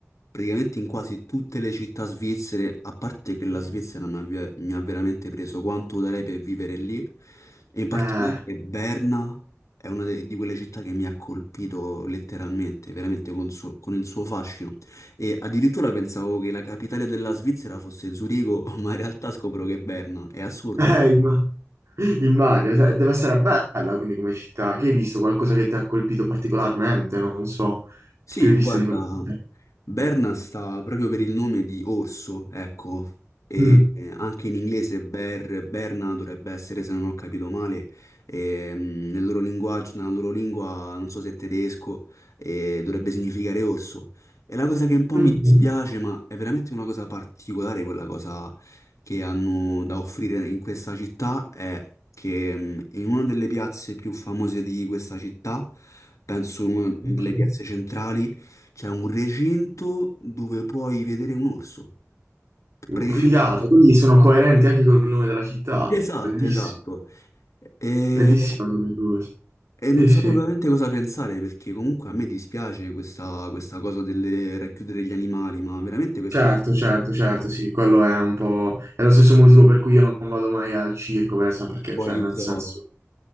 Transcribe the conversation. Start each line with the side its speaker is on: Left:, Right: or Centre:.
Left: praticamente in quasi tutte le città svizzere, a parte che la Svizzera mi ha, ve- mi ha veramente preso quanto darei per vivere lì, e in particolare
Right: eh,
Left: che Berna è una de- di quelle città che mi ha colpito letteralmente, veramente con, suo- con il suo fascino. E addirittura pensavo che la capitale della Svizzera fosse Zurigo, <laughs> ma in realtà scopro che è Berna, è assurda
Right: eh,
Left: questa
Right: imma- immagino. Cioè, Deve essere bella quindi come città. Che hai visto? Qualcosa che ti ha colpito particolarmente? Non so.
Left: Sì,
Right: Che hai visto
Left: guarda,
Right: di quella città?
Left: Berna sta proprio per il nome di orso, ecco, e
Right: Mm.
Left: eh, anche in inglese Ber, Berna dovrebbe essere, se non ho capito male, ehm, nel loro linguaggio, nella loro lingua, non so se è tedesco, eh, dovrebbe significare orso. E la cosa che un po'
Right: Mhm.
Left: mi dispiace, ma è veramente una cosa particolare quella cosa che hanno da offrire in questa città è che mh, in una delle piazze più famose di questa città, penso in una
Right: Ok.
Left: delle piazze centrali, c'è un recinto dove puoi vedere un orso. Praticamente,
Right: Figata, quindi sono coerenti anche con il nome della città.
Left: <laughs> esatto,
Right: Bellissimo,
Left: esatto. E,
Right: bellissima come cosa.
Left: e
Right: Sì,
Left: non
Right: sì.
Left: sapevo veramente cosa pensare perché comunque a me dispiace questa, questa cosa del racchiudere gli animali, ma veramente questa
Right: Certo,
Left: cosa
Right: certo, certo, sì, quello è
Left: un
Right: un po'... È lo stesso motivo per cui io non vado mai al circo, per esempio, perché,
Left: po'
Right: cioè,
Left: agli
Right: nel
Left: zoo.
Right: senso...